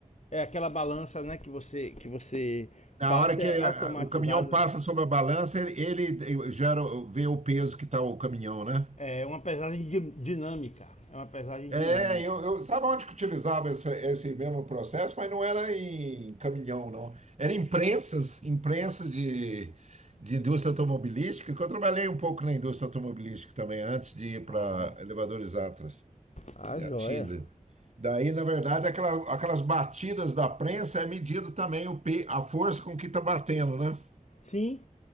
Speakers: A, on the left; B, on the right.
A: é aquela balança né, que, você, que você
B: Na
A: passa,
B: hora que
A: é automatizada.
B: ah, o caminhão passa sobre a balança, ele, ele eh, gera, vê o peso que está o caminhão, né?
A: É uma pesagem di- dinâmica. É uma pesagem
B: É,
A: dinâmica.
B: eu, eu- sabe onde que utilizava esse, esse mesmo processo, mas não era em caminhão, não. Era em prensas, em prensas de, de indústria automobilística, que eu trabalhei um pouco na indústria automobilística também, antes de ir para
A: Ah,
B: elevadores Atlas,
A: ah,
B: da
A: joia.
B: Schindler. Daí, na verdade, aquela- aquelas batidas da prensa é medida também o, pe- a força com que está batendo, né?
A: Sim,